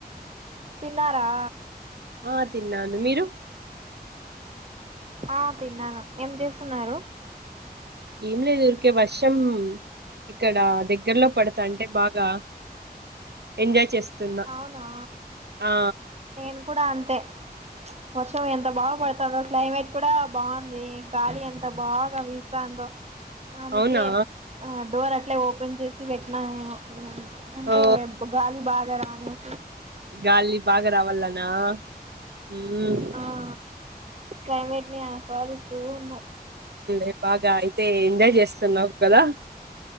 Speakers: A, on the right; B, on the right.
A: తిన్నారా
B: ఆ తిన్నాను మీరు
A: ఆ తిన్నాను ఏం చేస్తున్నారు
B: ఏం లేదు ఉరికే వర్షం ఇక్కడ దగ్గరలో పడతా అంటే బాగా ఎంజాయ్ చేస్తున్నా
A: అవునా
B: ఆ
A: నేను కూడా అంతే వర్షం ఎంత బాగా పడుతాందో క్లైమేట్ కూడా బాంది గాలి ఎంత బాగా వీస్తా ఉందో అందుకే
B: అవునా
A: ఆ డోర్ అట్లే ఓపెన్ చేసి పెట్నా నేను అంటే
B: ఓ
A: గాలి బాగా రానేసి
B: గాలి బాగా రావల్లా అనా హ్మ్
A: ఆ క్లైమేట్ ని ఆస్వాదిస్తూ ఉన్నా
B: ఫులే బాగా అయితే ఎంజాయ్ చేస్తున్నావు కదా